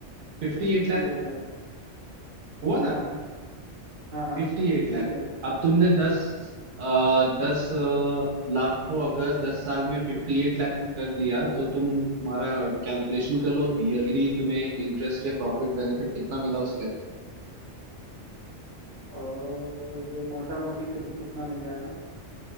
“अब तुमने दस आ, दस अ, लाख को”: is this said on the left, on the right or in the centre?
Right